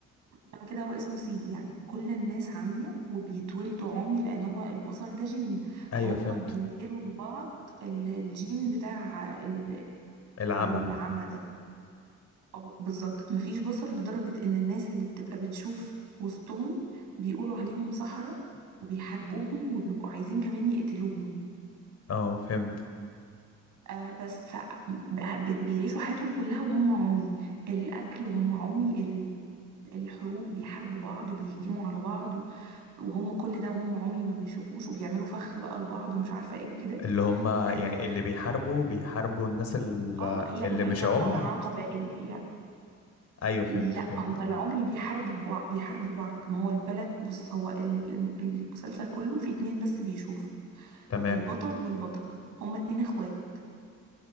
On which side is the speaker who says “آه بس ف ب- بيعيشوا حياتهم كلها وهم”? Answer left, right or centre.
Right